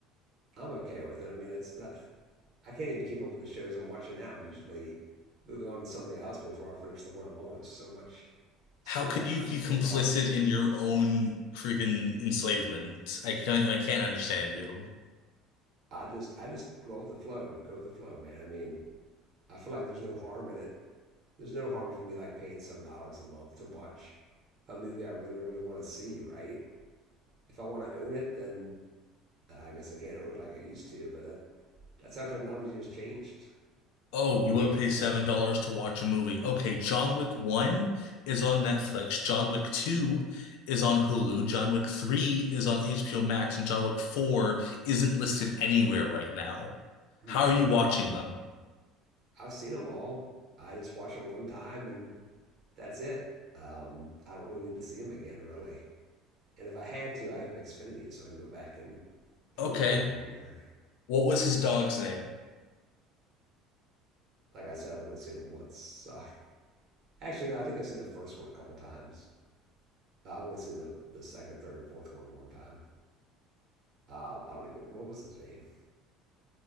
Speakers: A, on the right; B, on the left.
A: I'm okay with it. I mean, it's. uh, I can't even keep up with the shows I'm watching now. I'm usually moving on to something else before I finish the one I'm on. There's so much, so
B: How can
A: much
B: you be complicit
A: to watch.
B: in your own freaking enslavement? I can't, I can't understand you.
A: I just, I just roll with the flow. Go with the flow, man. I mean, I feel like there's no harm in it. There's no harm for me like paying seven dollars a month to watch a movie I really, really want to see. Right? If I want to own it, then uh, I guess I can't own it like I used to. But that, that's how technology has changed.
B: Oh,
A: It's
B: you
A: changed
B: would pay
A: for the better.
B: seven dollars to watch a movie. Okay, John Wick 1 is on Netflix, John Wick 2 is on Hulu, John Wick 3 is on HBO Max, and John Wick 4 isn't listed anywhere right now.
A: Hmm.
B: How are you watching them?
A: I've seen them all. I just watch them one time and that's it. Um, I don't really need to see them again, really. And if I had to, I have Xfinity, so I can go back and probably
B: Okay,
A: find them on there.
B: what was his dog's name?
A: Like I said, I've only seen them once. So. Actually, no, I think I've seen the first one a couple times. I've only seen the, the second, third, and fourth one one time. Um, I don't even what was his name.